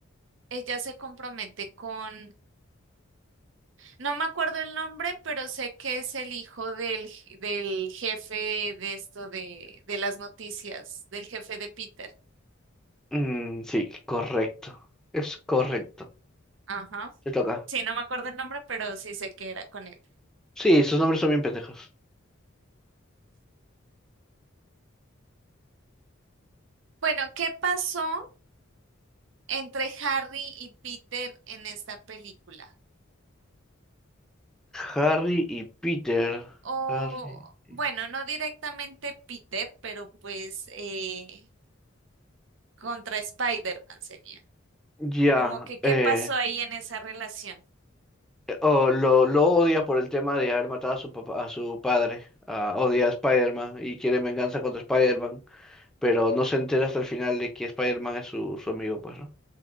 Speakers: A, on the right (about 65°); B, in the centre.
A: ella se compromete con, no me acuerdo el nombre, pero sé que es el hijo del, je- del jefe de esto de, de las noticias, del jefe de Peter.
B: Mm, sí, correcto. Es correcto.
A: Ajá.
B: Te toca.
A: Sí, no me acuerdo el nombre, pero sí sé que era con él.
B: Sí, sus nombres son bien pendejos.
A: Bueno, ¿qué pasó entre Harry y Peter en esta película?
B: Harry y Peter.
A: O,
B: Harry y...
A: bueno, no directamente Peter, pero pues... eh, Contra Spider-Man sería.
B: Ya.
A: Como que, ¿qué
B: Eh,
A: pasó ahí en esa relación?
B: o lo, lo odia por el tema de haber matado a su papá, a su padre. Ah, odia a Spider-Man y quiere venganza contra Spider-Man, pero no se entera hasta el final de que Spider-Man es su, su amigo, pues, ¿no?